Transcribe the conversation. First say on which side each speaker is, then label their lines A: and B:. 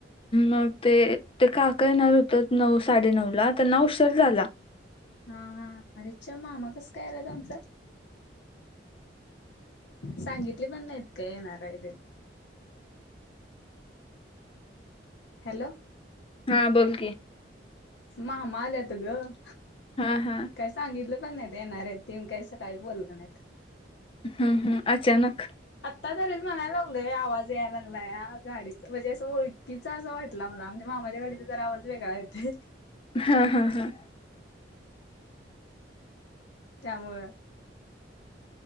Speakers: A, on the left (about 30°); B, on the left (about 65°).
A: मग ते, ते काका येणार होत, नऊ साडेनऊला त्यांना उशीर झाला.
B: हा, हा अरेच्चा, मामा कसं काय आल्यात आमचं? सांगितली पण नाहीत, का येणार आहे तेे? हॅलो
A: हा, बोल की
B: मामा आल्यात गं
A: हा, हा
B: काय सांगितलं पण नाही, येणार आहेत ते, काय सकाळी बोलल नाहीत
A: हम्म, हम्म, अचानक
B: आत्ता धरीच म्हणाय लागलोय, आवाज याला लागलाया, गाडीच म्हणजे असं ओळखी तीचा असं वाटला मला, आमच्या मामाच्या गाडीचा जरा आवाज वेगळा येथय
A: हा, हा, हा
B: त्यामुळं